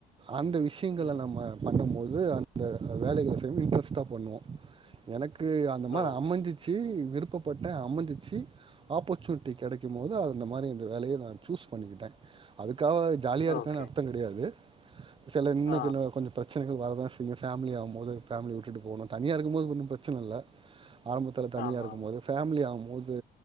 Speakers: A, on the right (about 30°); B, on the left (about 70°).
A: அந்த விஷியங்கள
B: ம்.
A: நம்ம பண்ணும்மோது அந்த வேலைகள செய்ய இன்ட்ரெஸ்ட்டா பண்ணுவோ எனக்கு அந்த
B: ஓ!
A: மாரி அமஞ்சிச்சு விருப்பப்பட்ட அமஞ்சிச்சி ஆப்பர்சுனிட்டி கெடைக்கும்மோது அது அந்த மாரி இந்து வேலய நா சூஸ் பண்ணிகிட்டே அதுக்காவே ஜாலியா இருக்கனு
B: ஓகே.
A: அர்த்த கெடையாது செல இன்னு
B: ஆ,
A: <unintelligible> கொஞ்சம் பிரச்சனைகள் வரதாச் திங்க ஃபேமிலியாம்மோது ஃபேமிலி விட்டுட்டு போனு தனியா இருக்கும்மோது ஒன்னும் பிரச்சன இல்ல ஆரம்பத்தல தனியா
B: ஆமாமா.
A: இருக்கும்மோது ஃபேமிலியாவும்மோது